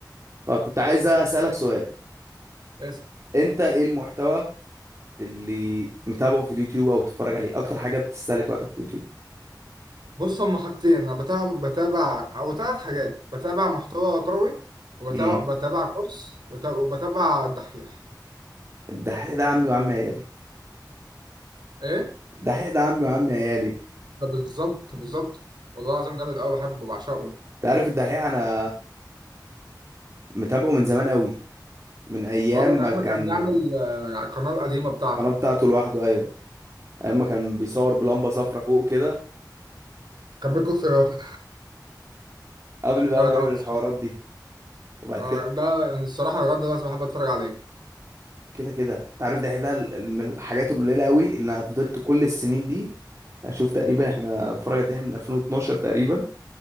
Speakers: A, on the right; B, on the right.
A: فكنت عايز اسالك سؤال
B: اسأل
A: انت ايه المحتوى اللي متابعه في اليوتيوب او بتتفرج عليه اكتر حاجه بتستهلك وقتك في اليوتيوب
B: بص هما حاجتين انا بتابع بتابع او ثلاث حاجات بتابع محتوى كروي وبتابع
A: امم
B: بتابع كورس وبت- وبتابع الدحيح
A: الدحيح ده عمي وعمي عيالي
B: ايه
A: الدحيح ده عمي وعمي عيالي
B: ده بالظبط بالظبط والله العظيم جامد قوي بحبه بعشقه
A: انت عارف الدحيح انا متابعه من زمان قوي من ايام
B: هو من
A: ما
B: ايام
A: كان
B: ما كان بيعمل آه، على القناة القديمة بتاعته
A: القناه بتاعته لوحده ايوه ايام ما كان بيصور بلمبه صفرة فوق كده
B: كان بيكون خيار
A: قبل بقى
B: جامد
A: ما يعمل
B: قوي الصراحة
A: الحوارات دي وبعد
B: آه،
A: كده
B: ده يعني الصراحة لغاية دلوقتي بحب اتفرج عليه
A: كده كده انت عارف ده ده ال- من الحاجات القليله قوي اللي انا فضلت كل السنين دي اشوف تقريبا احنا اتفرج على من 2012 تقريبا